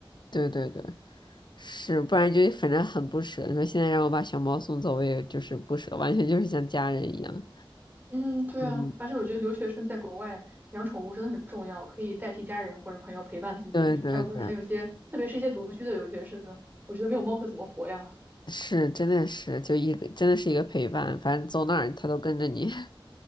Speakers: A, on the left; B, on the right.
A: 对对对。是，不然就反正很不舍。你说现在让我把小猫送走，我也就是不舍，完全就是像家人一样。
B: 嗯，对啊，
A: 嗯，
B: 而且我觉得留学生在国外养宠物真的很重要，可以代替家人或者朋友陪伴自己，
A: 对对对，
B: 还有还有一些，特别是一些独居的留学生，我觉得没有猫可怎么活呀？
A: 是，真的是，就一个真的是一个陪伴，反正走哪儿它都跟着你。<laughs>